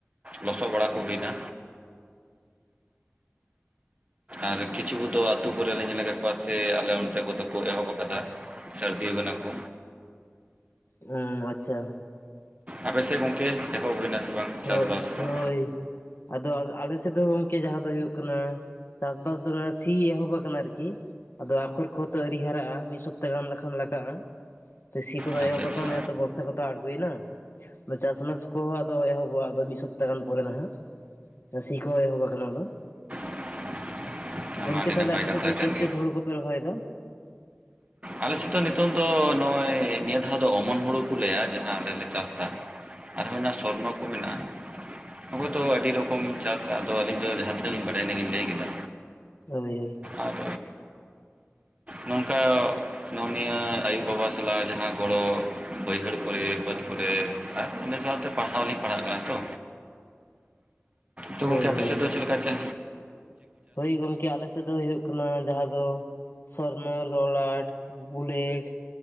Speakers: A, on the right; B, on the left.
A: ᱞᱚᱥᱚᱫ ᱵᱟᱲᱟ ᱠᱚ ᱦᱩᱭᱱᱟ᱾ ᱟᱨ ᱠᱤᱪᱷᱩ ᱠᱚᱫᱚ ᱟᱹᱛᱳ ᱠᱚᱨᱮ ᱞᱤᱧ ᱧᱮᱞ ᱠᱟᱜ ᱠᱚᱣᱟ ᱥᱮ ᱟᱞᱮ ᱚᱱᱛᱮ ᱠᱚᱫᱚ ᱠᱚ ᱮᱦᱚᱵ ᱟᱠᱟᱫᱟ᱾ ᱥᱟᱹᱨᱫᱤ ᱠᱟᱱᱟ ᱠᱚ,
B: ᱦᱩᱸ ᱟᱪᱪᱷᱟ,
A: ᱟᱯᱮᱥᱮᱫ ᱜᱚᱝᱠᱮ ᱮᱦᱚᱵ ᱦᱩᱭᱱᱟ ᱥᱮ ᱵᱟᱝ?
B: ᱦᱳᱜ,
A: ᱪᱟᱥᱵᱟᱥ ᱠᱚ
B: ᱦᱳᱭ, ᱟᱫᱚ ᱟᱞᱮ ᱥᱮᱫ ᱫᱚ ᱜᱚᱝᱠᱮ ᱡᱟᱦᱟᱸ ᱫᱚ ᱦᱩᱭᱩᱜ ᱠᱟᱱᱟ ᱪᱟᱥᱵᱟᱥ ᱫᱚ ᱱᱟᱦᱟᱜ ᱥᱤ ᱮᱦᱚᱵ ᱟᱠᱟᱱᱟ ᱟᱨᱠᱤ, ᱟᱫᱚ ᱟᱠᱷᱚᱨ ᱠᱚᱦᱚᱸ ᱛᱚ ᱟᱹᱣᱨᱤ ᱦᱟᱨᱟᱜ-ᱟ ᱢᱤᱫ ᱥᱚᱯᱛᱟ ᱜᱟᱱ ᱞᱟᱠᱷᱟᱱ ᱞᱟᱜᱟᱜ-ᱟ᱾ ᱥᱤ ᱠᱚᱫᱚ
A: ᱟᱪᱪᱷᱟ
B: ᱮᱦᱚᱵᱠᱷᱟᱱ
A: ᱟᱪᱪᱷᱟ
B: ᱮᱛᱚ ᱵᱚᱨᱥᱟ ᱠᱚᱛᱚ ᱟᱬᱜᱚᱭᱮᱱᱟ ᱪᱟᱥ ᱵᱟᱥ ᱠᱚᱦᱚᱸ ᱮᱦᱚᱵ ᱟᱵᱚᱣᱟᱜᱫᱚ ᱢᱤᱫ ᱥᱚᱯᱛᱟ ᱜᱟᱱ ᱯᱚᱨᱮ ᱱᱟᱦᱟᱜ ᱥᱤ ᱠᱚ ᱮᱦᱚᱵ ᱟᱠᱟᱱᱟ ᱟᱫᱚ,
A: <inaudible>
B: ᱜᱚᱝᱠᱮ
A: ᱱᱟᱯᱟᱭ
B: ᱛᱟᱦᱚᱞᱮ ᱟᱯᱮᱥᱮᱫ
A: ᱠᱟᱛᱷᱟ
B: ᱫᱚ
A: ᱠᱟᱱ
B: ᱪᱮᱫ
A: ᱜᱮ
B: ᱪᱮᱫ ᱦᱩᱬᱩ ᱠᱚᱯᱮ ᱨᱚᱦᱚᱭᱮᱫᱟ?
A: ᱟᱞᱮᱥᱮᱫ ᱫᱚ ᱱᱤᱛᱚᱝ ᱫᱚ ᱱᱚᱜᱼᱚᱭ ᱱᱤᱭᱟᱹ ᱫᱷᱟᱣ ᱫᱚ ᱚᱢᱚᱱ ᱦᱩᱲᱩ ᱠᱚ ᱞᱟᱹᱭᱟ ᱡᱟᱦᱟᱸ ᱟᱞᱮ ᱞᱮ ᱪᱟᱥ ᱮᱫᱟ᱾ ᱟᱨᱦᱚᱸ ᱚᱱᱟ ᱥᱚᱨᱱᱚ ᱠᱚ ᱢᱮᱱᱟᱜ-ᱟ, ᱟᱵᱚ ᱛᱚ ᱟᱹᱰᱤ ᱨᱚᱠᱚᱢ ᱪᱟᱥ ᱮᱫᱟ ᱟᱫᱚ ᱟᱹᱞᱤᱧ ᱫᱚ ᱡᱟᱦᱟᱸ ᱛᱤᱱᱟᱹᱜ ᱞᱤᱧ ᱵᱟᱲᱟᱭ-ᱟ ᱤᱱᱟᱹᱞᱤᱧ ᱞᱟᱹᱭ ᱠᱮᱫᱟ᱾
B: ᱦᱳᱭ, ᱦᱳᱭ,
A: ᱟᱨ, ᱱᱚᱝᱠᱟ, ᱱᱚᱜᱼᱚ ᱱᱤᱭᱟᱹ ᱟᱭᱳ ᱵᱟᱵᱟ ᱥᱟᱞᱟᱜ ᱡᱟᱦᱟᱸ ᱜᱚᱲᱚ ᱵᱟᱹᱭᱦᱟᱹᱲ ᱠᱚᱨᱮ ᱵᱟᱹᱫᱽ ᱠᱚᱨᱮ᱾ ᱟᱨ ᱤᱱᱟᱹ ᱥᱟᱶᱛᱮ ᱯᱟᱲᱦᱟᱣ ᱞᱤᱧ ᱯᱟᱲᱦᱟᱜ ᱠᱟᱱᱟ ᱛᱚ, ᱛᱚ
B: ᱦᱳᱭ
A: ᱜᱚᱝᱠᱮ ᱟᱯᱮᱥᱮᱫ
B: ᱦᱳᱭ ᱦᱳᱭ
A: ᱫᱚ
B: ᱦᱳᱭ
A: ᱪᱮᱫ ᱞᱮᱠᱟ ᱪᱮ?
B: ᱦᱳᱭ ᱜᱚᱝᱠᱮ ᱟᱞᱮᱥᱮᱫ ᱫᱚ ᱦᱩᱭᱩᱜ ᱠᱟᱱᱟ ᱡᱟᱦᱟᱸ ᱫᱚ ᱥᱚᱨᱱᱚ, ᱞᱚᱞᱟᱴ, ᱵᱩᱞᱮᱮᱴ,